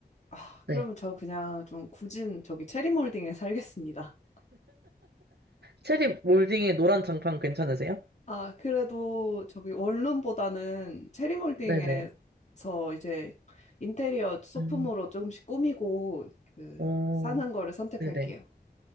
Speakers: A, on the left; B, on the right.
A: 아,
B: 네.
A: 그러면 저 그냥 좀 굳은 저기 체리몰딩에 살겠습니다.
B: 체리 몰딩의 노란 장판 괜찮으세요?
A: 아, 그래도 저기 원룸보다는 체리몰딩에서
B: 네네.
A: 이제 인테리어 소품으로
B: 음,
A: 조금씩 꾸미고 그
B: 오,
A: 사는 거를 선택할게요.
B: 네네.